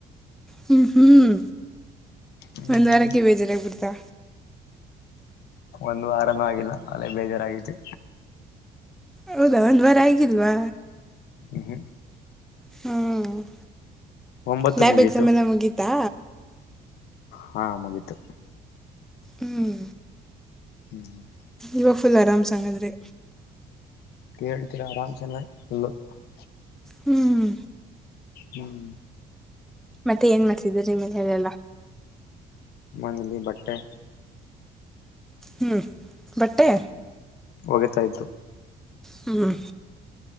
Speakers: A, in the centre; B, on the left.
A: ಹ್ಮ್ ಹ್ಮ್
B: ಹ್ಮ್
A: ಒಂದ್ ವಾರಕ್ಕೆ ಬೇಜಾರಾಗಬಿಡ್ತಾ.
B: ಒಂದುವಾರನು ಆಗಿಲ್ಲ ಆಗ್ಲೇ ಬೇಜಾರಾಗಿದೆ.
A: ಹೌದಾ ಒಂದ್ ವಾರ ಆಗಿಲ್ವಾ.
B: ಹು ಹು
A: ಹ್ಮ
B: ಒಂಬತ್ತಕ್
A: ಲ್ಯಾಬ್
B: ಮುಗೀತು
A: ಎಕ್ಸಾಮೆಲ್ಲ ಮುಗಿತಾ.
B: ಹಾ ಮುಗಿತು.
A: ಹ್ಮ
B: <inaudible>
A: ಇವಾಗ ಫುಲ್ ಆರಾಮ್ಸಅಂಗಾದ್ರೆ.
B: ಕೇಳ್ತೀರಾ ಆರಾಮ್ಸ್ <unintelligible>
A: ಹ್ಮ್.
B: ಹ್ಮ್.
A: ಮತ್ತೆ ಏನ್ ಮಾಡ್ತಿದರ ಇವಾಗ <unintelligible>
B: <unintelligible> ಬಟ್ಟೆ.
A: ಹ್ಮ್ ಬಟ್ಟೆ.
B: ಹೋಗತಾ ಇದ್ರು.
A: ಹ್ಮ್.